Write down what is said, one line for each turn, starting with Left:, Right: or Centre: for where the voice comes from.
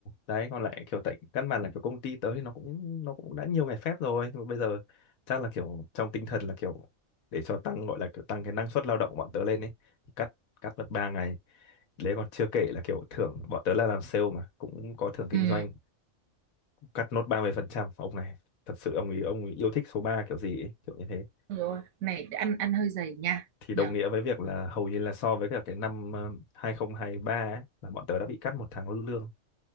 Left: đấy còn lại kiểu tại căn bản là kiểu công ty tớ thì nó cũng nó cũng đã nhiều ngày phép rồi nhưng mà bây giờ chắc là kiểu trong tinh thần là kiểu để cho tăng gọi là kiểu tăng cái năng suất lao động của bọn tớ lên ấy cắt cắt mất 3 ngày đấy còn chưa kể là kiểu thưởng bọn tớ là làm sale mà cũng có thưởng kinh
Right: Ừ,
Left: doanh cắt nốt ba mươi phần trăm ông này thật sự ông ấy ông ấy yêu thích số 3 kiểu gì ấy, kiểu như thế
Right: đúng rồi, này ăn ăn hơi dày nha.
Left: thì đồng
Right: nhở
Left: nghĩa với việc là hầu như là so với cả cái năm ờ, 2023 ấy, là bọn tớ đã bị cắt một tháng lương